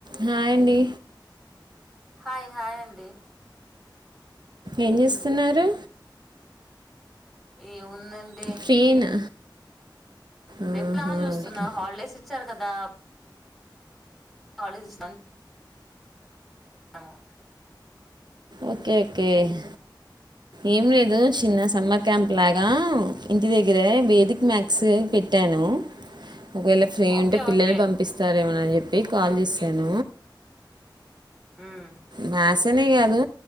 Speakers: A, on the right (about 60°); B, in the centre.
A: hi అండి
B: hi hi అండి
A: ఏం చేస్తున్నారు
B: ఏ ం దండి
A: ఫ్రీయేనా ఆహా
B: రేపులామని చూస్తున్నా
A: ఓకే
B: హాలిడేస్ ఇచ్చారు కదా ద వాళజ ము
A: ఓకే కే ఓకే ఏం లేదు చిన్న సమ్మర్ క్యాంప్ లాగా ఇంటి దగ్గరె వేదిక మ్యాక్ బక్స్ పెట్టాను ఒకవేళ ఫ్రీ
B: ఓకే
A: ఉంటే పిల్లల్ని
B: ఓకే
A: పంపిస్తారు ఏమ అని చెప్పి యి కాల్ చేశాను
B: ఉమ్
A: మ్యాథ్స అనే కాదు